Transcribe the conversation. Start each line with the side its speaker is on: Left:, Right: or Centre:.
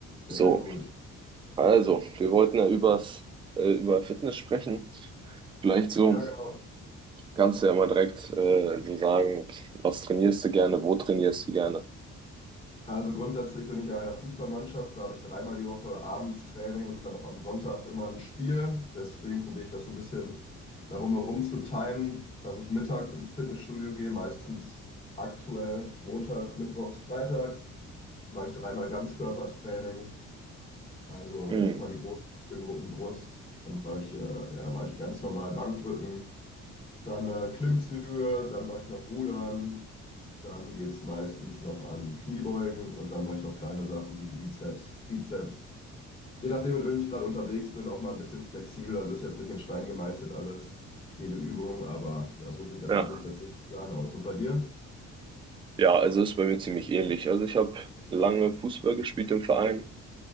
Left: Sehr
Right: So,
Left: gut.
Right: also, wir wollten ja übers, äh, über Fitness sprechen. Vielleicht so,
Left: Ja, genau.
Right: kannst du ja mal direkt äh, so sagen, was trainierst du gerne, wo trainierst du gerne?
Left: Also grundsätzlich bin ich ja in einer Fußballmannschaft, da habe ich dreimal die Woche abends Training und dann noch am Sonntag immer ein Spiel. Deswegen probiere ich das so ein bisschen darum herum zu timen, dass ich mittags ins Fitnessstudio gehe, meistens aktuell montags, mittwochs, freitags, mache ich dreimal Ganzkörpertraining. Also
Right: Hm,
Left: erstmal die großen Muskelgruppen Brust, dann mache ich, äh, ja, dann mache ich ganz normal Bankdrücken, Dann äh, Klimmzüge, dann mache ich noch Rudern, dann geht es meistens noch an Kniebeugen und dann mache ich noch kleine Sachen wie Bizeps, Trizeps. Je nachdem, mit wem ich gerade unterwegs bin, auch mal ein bisschen flexibel. Also ist jetzt nicht in Stein gemeißelt alles, jede Übung, aber ja, so sieht erstmal
Right: Ja.
Left: grundsätzlich der Plan aus. Und bei dir?
Right: Ja, also ist bei mir ziemlich ähnlich. Also ich habe lange Fußball gespielt im Verein,